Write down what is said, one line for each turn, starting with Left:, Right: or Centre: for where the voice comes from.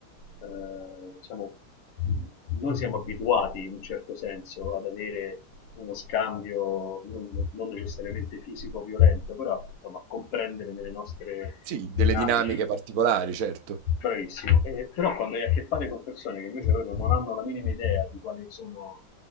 Left: eh, diciamo, noi siamo abituati in un certo senso ad avere uno scambio non, non necessariamente fisico violento, però insomma, a comprendere nelle nostre
Right: Sì,
Left: dinamiche
Right: delle dinamiche particolari, certo.
Left: Bravissimo, Eh, però quando hai a che fare con persone che invece proprio non hanno la minima idea di quali sono